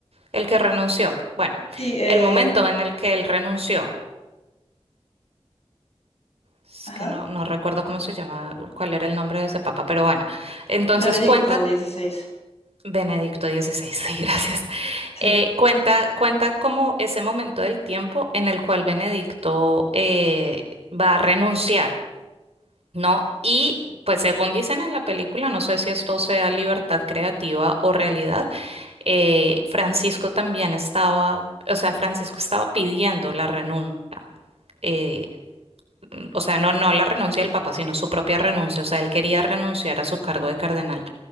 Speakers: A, on the right; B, on the left.
A: el que renunció. Bueno,
B: Sí, eh,
A: el momento en el que él renunció. Es
B: ajá.
A: que no, no recuerdo cómo se llama, cuál era el nombre de ese papa, pero bueno. Entonces
B: Benedicto
A: cuenta
B: dieciséis
A: Benedicto dieciséis, <laughs> sí, gracias.
B: Sí.
A: Eh, cuenta, cuenta como ese momento del tiempo en el cual Benedicto eh, va a renunciar, ¿no? Y pues según dicen en la película, no sé si esto sea libertad creativa o realidad, eh, Francisco también estaba, o sea, Francisco estaba pidiendo la renuncia. eh, o sea, no, no la renuncia del Papa, sino su propia renuncia. O sea, él quería renunciar a su cargo de cardenal